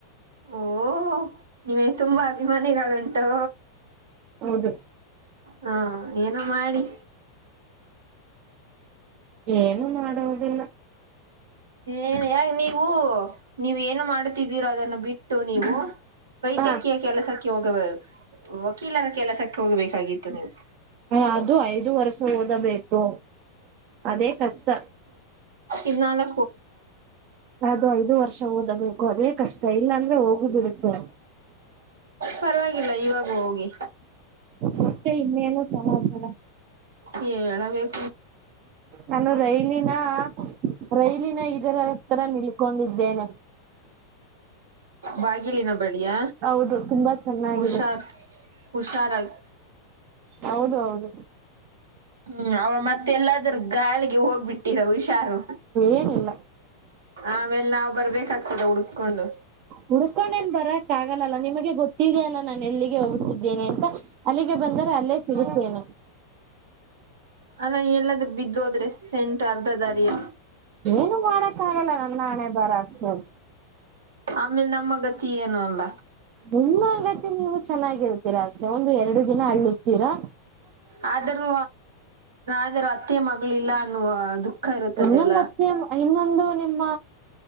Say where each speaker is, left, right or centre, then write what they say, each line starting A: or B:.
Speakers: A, on the right (about 65°); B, on the right (about 40°).
A: ಓ ನೀವೇ ತುಂಬಾ ಅಭಿಮಾನಿಗಳುಂಟು
B: ಹೌದು
A: ಹಾ ಏನ ಮಾಡಿ
B: ಏನು ಮಾಡುವುದಿಲ್ಲ
A: ಏನ್ ಯಾ ನೀವು ನೀವ ಏನು ಮಾಡ್ತಿದ್ದೀರ ಅದನ್ನು ಬಿಟ್ಟು ನೀವು ವೈದ್ಯಕೀಯ
B: ಹ
A: ಕೆಲಸಕ್ಕೆ ಹೋಗಬೇಕ ವಕೀಲರ ಕೆಲಸಕ್ಕೆ ಹೋಗಬೇಕಾಗಿತ್ತು ನೀವು
B: ಹ ಅದು ಐದು ವರ್ಷ ಓದಬೇಕು ಅದೇ ಕಷ್ಟ
A: ಇನ್ನ ಲ
B: ಅದು ಐದು ವರ್ಷ ಹೋದ ಆಬೇಕು ಅದೇ ಕಷ್ಟ ಇಲ್ಲ ಅಂದ್ರೆ ಹೋಗಿ ಬಿಡುತ್ತೆ
A: ಪರವಾಗಿಲ್ಲ ಇವಾಗ ಹೋಗಿ
B: ಮತ್ತೆ ಇನ್ನೇನ ಸಲ ಸಡ
A: ಹೇಳ ಬ
B: ನಾನು ರೈಲಿನ ರೈಲಿನ ಇದರತ್ರರ ನಿಲ್ಕೊಂಡಿದ್ದೇನೆ
A: ಬಾಗಿಲಿನ ಬಡಿಯ
B: ಹೌದು ತುಂಬಾ ಚೆನ್ನಾಗಿದೆ
A: ಹುಷಾರ್ ಹುಷಾರಾಗಿ
B: ಹೌದು ಹೌದು
A: ಹ್ಮ್ ಅವ ಮತ್ತೆಲ್ಲಾದ್ರ ಗಾಳಿಗೆ ಹೋಗ್ಬಿಟ್ಟಿರ ಹುಷಾರು
B: ಏನಿಲ್ಲ
A: ಆಮೇಲೆ ನಾವ್ ಬರ್ಬೇಕಾಗ್ತದೆ ಹುಡುಕಕೊಂಡು
B: ಹುಡ್ಕೊಂಡೇನ್ ಬರಕ್ ಆಗಲ್ಲಲ್ಲ ನಿಮಗೆ ಗೊತ್ತಿದೆಯಲ್ಲ ನಾನು ಎಲ್ಲಿಗೆ ಹೋಗುತ್ತಿದ್ದೇನೆ ಅಂತ ಅಲ್ಲಿಗೆ ಬಂದರೆೆ ಅಲ್ಲೇ ಸಿಗುತ್ತೇನೆ
A: ಅಲ್ಲ ಎಲ್ಲಾದ್ರೂ ಬಿದ್ದ ಹೋದ್ರೆ ಸೆಂಟ್ು ಅರ್ಧ ದಾರಿಯ
B: ಏನು ಮಾಡಕ್ಕ ಆಗಲ್ಲ ನನ್ನ ಹಣೆ ಬರ ಅಷ್ಟೇ ಅಲ್ಲ
A: ಆಮೇಲೆ ನಮ್ಮ ಗತಿ ಏನು ಅಲ್ಲ
B: ನಿಮ್ಮ ಆಗತ್ತ ನೀವು ಚೆನ್ನಾಗಿರ್ತೀರಾ ಅಷ್ಟೆ ಒಂದು ಎರಡು ದಿನ ಹಳ್ಳತೀರಾ
A: ಆದರೂ ಆದರೂ ಅತ್ತೆಯ ಮಗಳಿಲ್ಲ ಅನ್ನುವ ಅದು ಖ ಇರುತ್ತದೆ
B: ಇನ್ನೊಂದು
A: ಎಲ್ಲ
B: ಅತ್ಯ ಇನ್ನೊಂದು ನಿಮ್ಮ